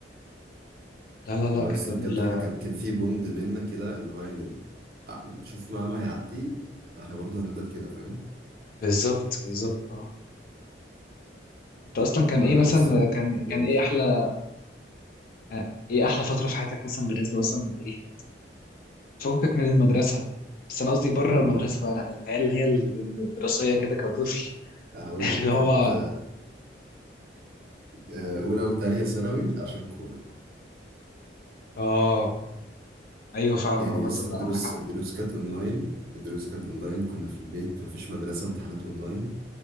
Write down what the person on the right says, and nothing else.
اللي
هو
لسه
بجد
احنا كان كان في بوند بينا كده اللي هو يعني ع- شوف مهما هيعدي احنا برضه هنفضل كده فاهم
فلسه
بقول
مم.
هقول
لك
كانت
آه، أولى وتانية ثانوي عشان كورونا
يعني
لسه
الدروس
الدروس كانت أونلاين الدروس كانت أونلاين كنا في البيت مفيش مدرسة امتحانات أونلاين